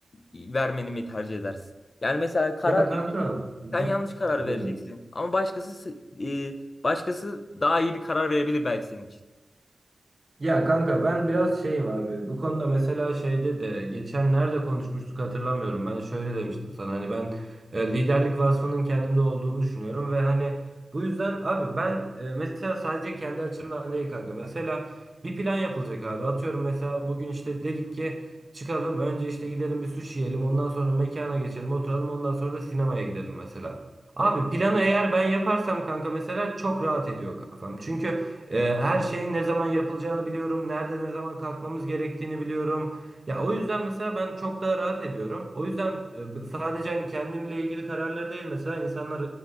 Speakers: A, on the left; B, on the right.
A: vermeni mi tercih edersin? Yani mesela karar
B: Ya kanka, hı
A: sen
B: hı.
A: yanlış karar
B: Dinliyorum.
A: vereceksin ama başkası sı- e, başkası daha iyi bir karar verebilir belki senin için.
B: Ya kanka ben biraz şeyim abi. Bu konuda mesela şeyde de geçen nerede konuşmuştuk hatırlamıyorum. Ben şöyle demiştim sana hani ben e, liderlik vasfının kendimde olduğunu düşünüyorum ve hani bu yüzden abi ben e, mesela sadece kendi açımdan değil kanka. Mesela bir plan yapılacak abi. Atıyorum mesela bugün işte dedik ki çıkalım önce işte gidelim bir sushi yiyelim. Ondan sonra mekana geçelim oturalım. Ondan sonra da sinemaya gidelim mesela. Abi
A: Hı hı.
B: planı eğer ben yaparsam kanka mesela çok rahat ediyor kafam. Çünkü ee, her şeyin ne zaman yapılacağını biliyorum. Nerede ne zaman kalkmamız gerektiğini biliyorum. Ya o yüzden mesela ben çok daha rahat ediyorum. O yüzden e, b- sadece hani kendimle ilgili kararları değil mesela insanlar